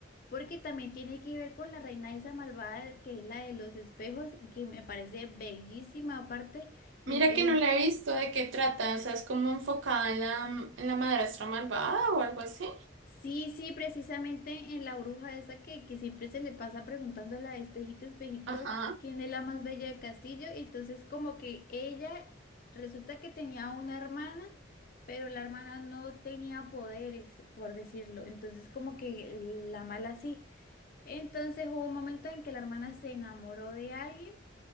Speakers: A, on the left; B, on the right.
A: porque también tiene que ver con la reina esa malvada que es la de los espejos y que me parece bellísima aparte y
B: Mira
A: eh,
B: que no la he visto, ¿de qué trata? O sea, es como enfocada en la, en la madrastra malvada o algo así.
A: Sí, sí, precisamente en la bruja esa que, que siempre se le pasa preguntando a la espejito, espejito,
B: Ajá.
A: quién es la más bella del castillo. Y entonces como que ella resulta que tenía una hermana, pero la hermana no tenía poderes, por decirlo. Entonces como que la mala sí. Entonces hubo un momento en que la hermana se enamoró de alguien.